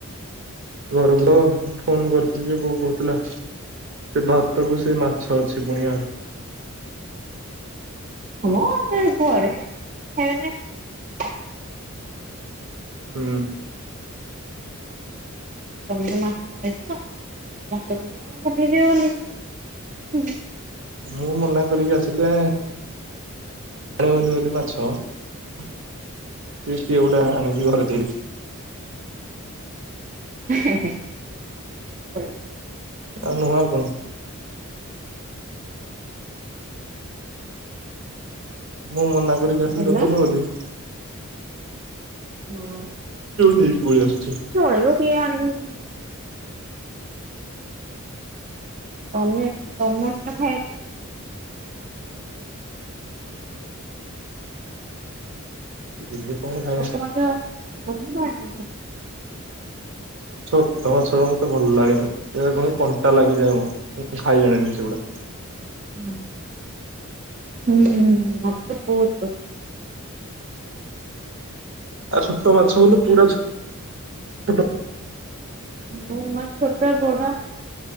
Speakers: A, on the right; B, on the right.
A: ଘରକୁର ଫୋନ କରିଥିଲି ଯେ ବୋଉ କହୁଥିଲା ସେ ଭାତ କ ସେ ମାଛ ଅଛି ପୁଣି ଆରୁ
B: ହଁ ଆ ଘରେ ସେ କବ
A: ହୁଁ।
B: ତମେ ମାଛଉଛ କ ପଠେଇଦଅ ବୋଲି। କଣ
A: ମୁଁ ମନା କରିକି ଆସିଲେ ପାଣିୱଲି ମାଛ ସେ ଏଟା ଆଣିିକି ଘରେ ଦେଇଛି।
B: <inaudible>
A: ଆଉ ନୁହ କଣ? ମୁଁ ମନା କରିକି ଆସ
B: କହିଲ
A: ଦେବନି ବୋଲି।
B: ହଁ।
A: ନେଇକିରି ଆସ
B: ଚଳେଇବ କିଏ ଆଣିକିରି। <unintelligible> ତମେ ତମାଟୋ ଖାଇବା <inaudible>
A: ଇଏ କଣ ଖାଇବ
B: ଛୋଟ ମାଛ ବ <inaudible>
A: ଛୋଟ ବା ଛୋଟ ମତେ ଭଲ ଲାଗେନି କଣ କଣ୍ଟା ଲାଗିଯାଏ ମୁ ଖାଇ ଜାଣନି ସେଗୁଡା।
B: ହ ହଁ ମତେ ବହୁତ ପସନ୍ଦ।
A: ଆ ଛୋଟ ମାଛ ହେଲେ ପୁରା ଛୋ
B: ମୁ ମ ଛୋଟ ବଡ